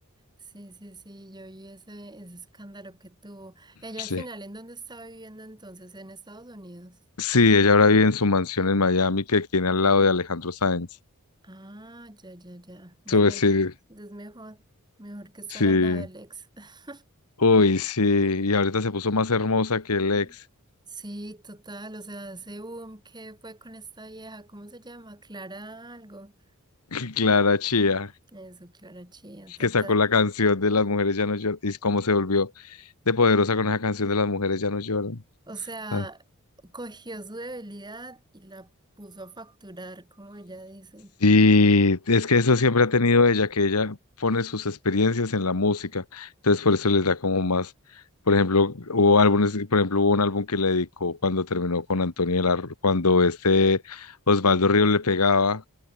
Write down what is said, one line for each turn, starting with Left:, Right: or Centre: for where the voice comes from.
Right: Sí, sí, sí, yo vi ese, ese escándalo que tuvo. Ella
Left: Sí.
Right: al final, ¿en dónde estaba viviendo entonces? ¿En Estados Unidos?
Left: Sí, ella ahora vive en su mansión en Miami que tiene al lado de Alejandro Sáenz.
Right: Ah, ya, ya, ya. Bueno,
Left: Tú decir,
Right: es mejor, mejor que estar
Left: sí.
Right: al lado del ex. <laughs>
Left: Uy, sí. Y ahorita se puso más hermosa que el
Right: Mm.
Left: ex,
Right: Sí, total, o sea, ese boom que fue con esta vieja, ¿cómo se llama? Clara algo.
Left: <laughs> Clara Chía,
Right: Eso, Clara Chía, total.
Left: que sacó la canción de Las mujeres ya no lloran. Y cómo se volvió de poderosa con esa canción de Las mujeres ya no lloran.
Right: O sea,
Left: Ah,
Right: cogió su debilidad y la puso a facturar, como ella dice.
Left: Y es que eso siempre ha tenido ella, que ella pone sus experiencias en la música, entonces por eso les da como más. Por ejemplo, hubo álbumes, por ejemplo, hubo un álbum que le dedicó cuando terminó con Antonio de la Ru- cuando este Osvaldo Ríos le pegaba,